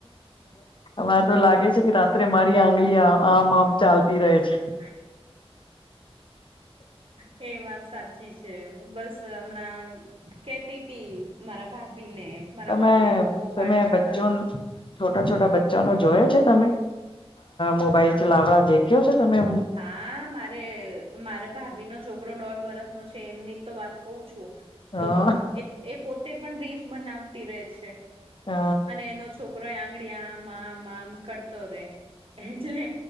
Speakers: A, on the left; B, on the right.
A: મારે તો લાગે છે કે રાત્રે મારી આંગળી આમ આમ ચાલતી રહે છે.
B: હ. એ વાત સાચી છે બસ હમણાં કેતી હતી મારા ભાભી ને મારા
A: તમે
B: ભાભી બૂમો
A: તમે
B: પાડતા
A: બચ્ચો
B: તા
A: છોટા છોટા બચ્ચાનો જોયો છે તમે
B: હા
A: મોબાઈલ ચલાવડા દે કેવ છે તમે એમ.
B: હા મારે મારે ભાભી નો છોકરો દોઢ વરસ નો છે એમની જ તો વાત કહું છું.
A: હા.
B: તો એ એ પોતે પણ રીલ્સ બનાવતી રહે છે.
A: હ
B: અને એનો છોકરો આંગળી આમ આમ આમ કરતો રે એટલે